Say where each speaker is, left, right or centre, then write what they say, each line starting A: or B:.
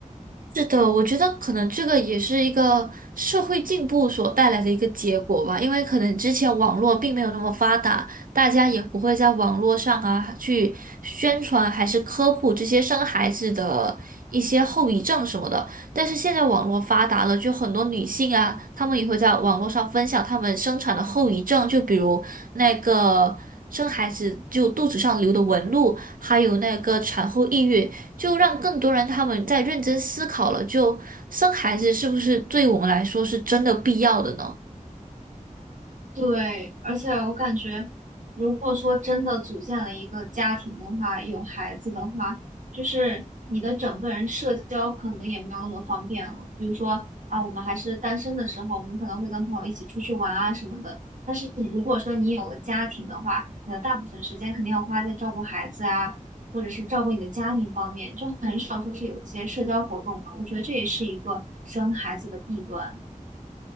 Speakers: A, on the right; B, on the right.
A: 是的，我觉得可能这个也是一个社会进步所带来的一个结果吧，因为可能之前网络并没有那么发达，大家也不会在网络上啊去宣传还是科普这些生孩子的一些后遗症什么的。但是现在网络发达了，就很多女性啊，她们也会在网络上分享她们生产的后遗症，就比如那个生孩子就肚子上留的纹路，还有那个产后抑郁。就让更多人他们在认真思考了，就生孩子是不是对我们来说是真的必要的呢？
B: 对，而且我感觉，如果说真的组建了一个家庭的话，有孩子的话，就是你的整个人社交可能也没有那么方便了。比如说啊，我们还是单身的时候，我们可能会跟朋友一起出去玩啊什么的。但是你如果说你有了家庭的话，你的大部分时间肯定要花在照顾孩子啊，或者是照顾你的家庭方面，就很少说是有一些社交活动了。我觉得这也是一个生孩子的弊端。